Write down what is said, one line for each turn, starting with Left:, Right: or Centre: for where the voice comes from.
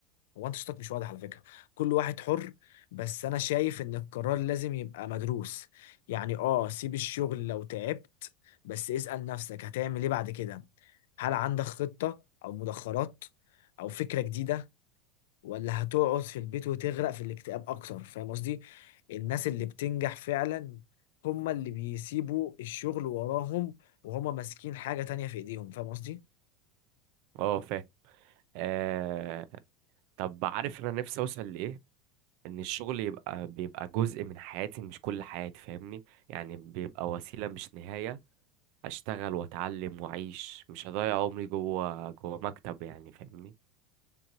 Left: هو انت صوتك مش واضح على فكرة كل واحد حر بس انا شايف ان القرار لازم يبقى مدروس يعني اه سيب الشغل لو تعبت بس اسأل نفسك هتعمل ايه بعد كده هل عندك خطة او مدخرات او فكرة جديدة ولا هتقعد في البيت وتغرق في الاكتئاب اكتر فاهم قصدي الناس اللي بتنجح فعلا هما اللي بيسيبوا الشغل وراهم وهما ماسكين حاجة تانية في ايديهم فاهم قصدي
Right: اه فاهم آه طب عارف انا نفسي اوصل لايه ان الشغل يبقى بيبقى جزء من حياتي مش كل حياتي فاهمني يعني بيبقى وسيلة مش نهاية اشتغل واتعلم واعيش مش هضيع عمري جوه جوه مكتب يعني فاهمني